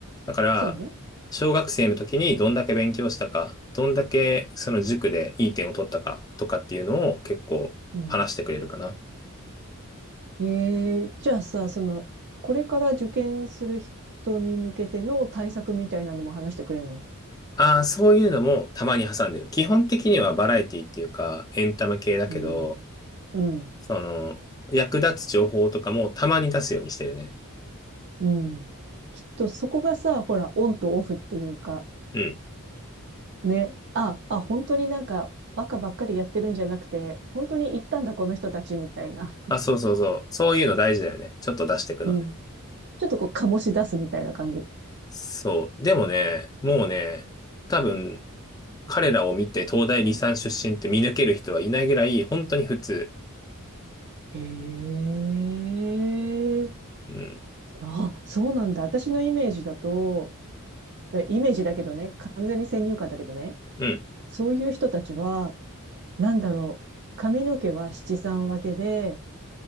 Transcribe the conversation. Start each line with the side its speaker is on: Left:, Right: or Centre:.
Left: だから、
Right: そうね。
Left: 小学生の時にどんだけ勉強したか、どんだけその塾でいい点を取ったかとかっていうのを結構話してくれるかな。
Right: うん。ええじゃあさ、その、これから受験する人に向けての対策みたいなのも話してくれんの
Left: ああ、そういうのもたまに挟んでる。基本的にはバラエティっていうか、エンタメ系だけど、
Right: うん。うん。
Left: その、役立つ情報とかもたまに出すようにしてるね。
Right: うん。きっとそこがさ、ほら、オンとオフっていうか、
Left: うん。
Right: ね。あ、あ、本当になんか、バカばっかりやってるんじゃなくて、本当に行ったんだ、この人たち、みたいな。<laughs>
Left: あ、そうそうそう。そういうの大事だよね。ちょっと出していくのね。
Right: うん。ちょっとこう、醸し出すみたいな感じ。
Left: そう。でもね、もうね、多分、彼らを見て東大理三出身って見抜ける人はいないぐらい、本当に普通。
Right: へえ。
Left: うん。
Right: あ、そうなんだ。私のイメージだと、ねイメージだけどね、完全に先入観だけどね、
Left: うん。
Right: そういう人たちは、なんだろう、髪の毛は七三分けで、